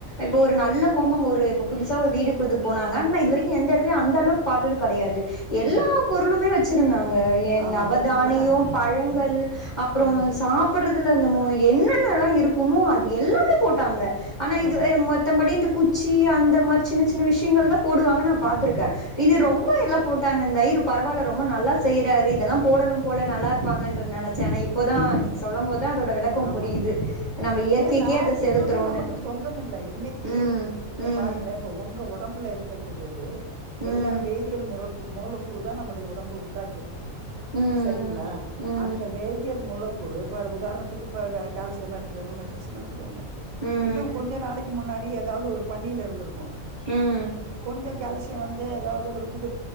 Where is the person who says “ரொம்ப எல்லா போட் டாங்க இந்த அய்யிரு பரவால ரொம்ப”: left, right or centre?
Left